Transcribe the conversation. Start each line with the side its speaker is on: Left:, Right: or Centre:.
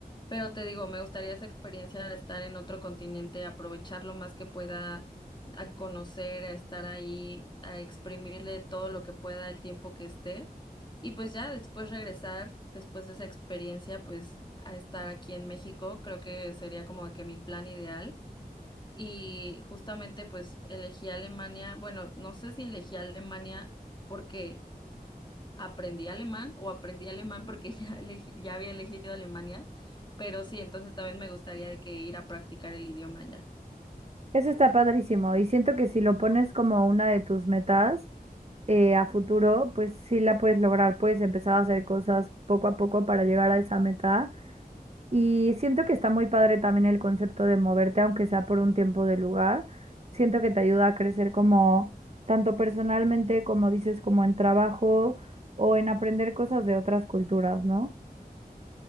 Left: pero te digo, me gustaría esa experiencia de estar en otro continente, aprovechar lo más que pueda, a conocer, a estar ahí, a exprimirle todo lo que pueda el tiempo que esté y pues ya después regresar. Después de esa experiencia, pues a estar aquí en México, creo que sería como que mi plan ideal y justamente pues elegí Alemania, bueno, no sé si elegí Alemania porque aprendí alemán o aprendí alemán porque <laughs> ya elegí- ya había elegido Alemania, pero sí, entonces también me gustaría de que ir a practicar el idioma allá.
Right: Eso está padrísimo y siento que si lo pones como una de tus metas, eh, a futuro, pues sí la puedes lograr, puedes empezar a hacer cosas poco a poco para llegar a esa meta. Y siento que está muy padre también el concepto de moverte, aunque sea por un tiempo de lugar. Siento que te ayuda a crecer como tanto personalmente, como dices, como en trabajo o en aprender cosas de otras culturas, ¿no?